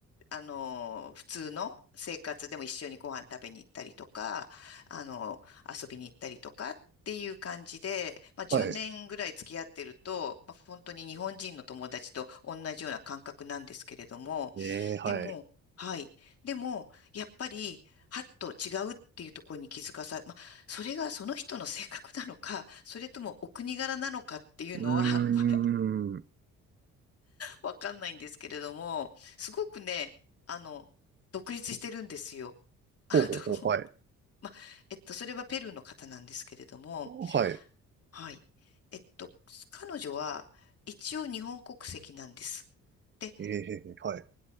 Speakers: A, on the left; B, on the right.
A: あの、普通の生活でも一緒にご飯食べに行ったりとか、あの、遊びに行ったりとかっていう感じで、まあ、10年ぐらい付き合ってると、
B: はい。
A: まあ本当に日本人の友達と同じような感覚なんですけれども、
B: ええはい。
A: でも、はい。でも、やっぱり、はっと違うっていうところに気づかさ、それがその人の性格なのか、それともお国柄なのかっていうのは
B: うーん。
A: <laughs> わかんないんですけれども、すごくね、あの、独立してるんですよ。あの、
B: ほうほうほう、はい。
A: ま、えっと、それはペルーの方なんですけれども、
B: はい。
A: はい。えっと、彼女は一応日本国籍なんです。で、
B: ええはい。